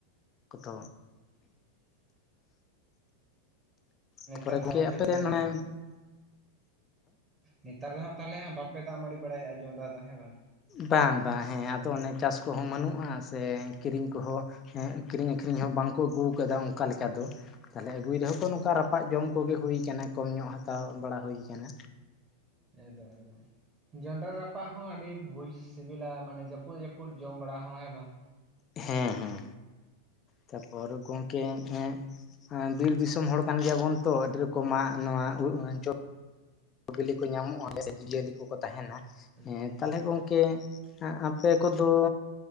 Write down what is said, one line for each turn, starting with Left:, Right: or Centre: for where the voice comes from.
Left: ᱠᱚᱛᱚ
Right: ᱱᱮᱛᱟᱨ
Left: ᱛᱟᱯᱚᱨᱮ ᱜᱚᱝᱠᱮ
Right: ᱵᱟᱯᱮ
Left: ᱟᱯᱮ
Right: ᱡᱚᱢ
Left: ᱥᱮᱫ
Right: ᱵᱟᱲᱟᱭᱮᱫᱟ?
Left: ᱚᱱᱮ
Right: ᱱᱮᱛᱟᱨ ᱫᱚ ᱦᱟᱸᱜ ᱛᱟᱦᱚᱞᱮᱜ ᱵᱟᱯᱮ ᱫᱟᱜ ᱢᱟᱹᱲᱤ ᱵᱟᱲᱟᱭᱮᱜᱼᱟ ᱡᱚᱸᱰᱨᱟ ᱫᱚ ᱦᱮᱸ ᱵᱟᱝ?
Left: ᱵᱟᱝ ᱵᱟᱝ ᱦᱮᱸ ᱟᱫᱚ ᱚᱱᱮ ᱪᱟᱥ ᱠᱚᱦᱚᱸ ᱵᱟᱹᱱᱩᱜᱼᱟ, ᱥᱮ ᱠᱤᱨᱤᱧ ᱠᱚᱦᱚᱸ ᱦᱮᱸ ᱠᱤᱨᱤᱧ ᱟᱠᱷᱨᱤᱧ ᱦᱚᱸ ᱵᱟᱝᱠᱚ ᱟᱹᱜᱩᱭ ᱠᱟᱫᱟ ᱚᱱᱠᱟ ᱞᱮᱠᱟ ᱫᱚ ᱾ ᱛᱟᱦᱚᱞᱮ ᱟᱹᱜᱩᱭ
Right: ᱦᱳᱭ
Left: ᱨᱮᱦᱚᱸ ᱠᱚ ᱱᱚᱝᱠᱟ ᱨᱟᱯᱟᱜ ᱡᱚᱢ ᱠᱚᱜᱮ ᱦᱩᱭᱠᱟᱱᱟ ᱠᱚᱢ ᱧᱚᱜ ᱦᱟᱛᱟᱣ
Right: ᱦᱳᱭ
Left: ᱵᱟᱲᱟ ᱦᱩᱭ ᱟᱠᱟᱱᱟ
Right: <unintelligible> ᱡᱚᱱᱰᱨᱟ ᱨᱟᱯᱟᱜ ᱦᱚᱸ ᱟᱹᱰᱤ ᱵᱷᱩᱡᱽ ᱥᱤᱵᱤᱞᱟ ᱢᱟᱱᱮ ᱡᱟᱹᱯᱩᱫ ᱡᱟᱹᱯᱩᱫ ᱩᱨ ᱡᱚᱢ ᱵᱟᱲᱟ ᱦᱮᱸ ᱵᱟᱝ
Left: ᱦᱮᱸ ᱦᱮᱸ ᱛᱟᱯᱚᱨ ᱜᱚᱝᱠᱮ ᱦᱮᱸ ᱵᱤᱨ ᱫᱤᱥᱚᱢ ᱦᱚᱲ ᱠᱟᱱ ᱜᱮᱭᱟ ᱵᱚᱱ ᱛᱚ ᱟᱰᱤᱨᱚᱠᱚᱢᱟᱜ ᱱᱚᱣᱟ <unintelligible> ᱵᱤᱞᱤ ᱠᱚ ᱧᱟᱢᱚᱜᱼᱟ <unintelligible> ᱡᱤᱭᱟᱹᱞᱤ ᱠᱚᱠᱚ ᱛᱟᱦᱮᱱᱟ
Right: ᱮᱠᱫᱚᱢ
Left: ᱦᱮᱸ ᱛᱟᱦᱚᱞᱮ ᱩᱱᱠᱩ ᱠᱮ ᱟᱯᱮ ᱠᱚᱫᱚ